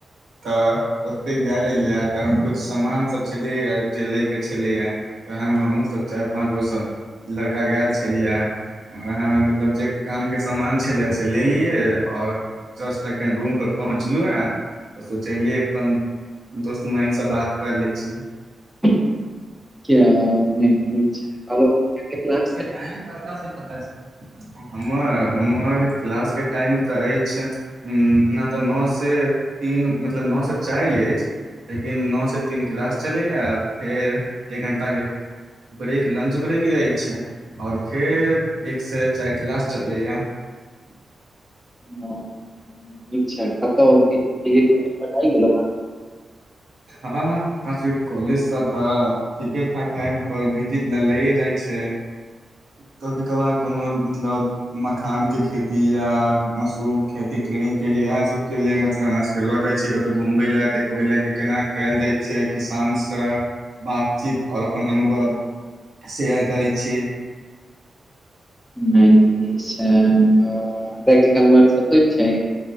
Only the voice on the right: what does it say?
तऽ ओते गेलैल तहन कुछ समान सब छलय या जे लय केँ छेलै य वएह मे हमहुँ सब चार पाँच गो सब लड़का गैल छलियहे <inaudible> उएहमे मतलब जे काम केँ समान छले से लेलियए और जस्ट एखन रूम पर पहुँचलु हँ <inaudible> सोचलियै अपन <inaudible> दोस्त महिन स बात कऽ लै छी
<unintelligible> <inaudible> हमर हमर क्लास केँ टाइम तऽ अछि <inaudible> त ऽ नौ से तीन मतलब नौ से चार ऐछ लेकिन नौ से तीन किलास चलैय फेर एक घण्टा केँ ब्रेक लंच ब्रेक यैछ <inaudible> और फेर एक से चार क्लास चलैय
हँ बस कॉलेज स तऽ ठीके ठाक टाइम पर भिजिट लऽ लइये जाइ छै <inaudible> कभी कभार कोन मतलब मखान केँ खेती खेती या मशरूम खेती ट्रेनिंग केँ लिए इहै सब केँ लिए मतलब हमरा सब लऽ जाइ छै कतै घूमबए लए देखबे ओ लए जे केना कयल जाइ छै किसानसँ बातचीत और अपन अनुभव शेयर करै छियै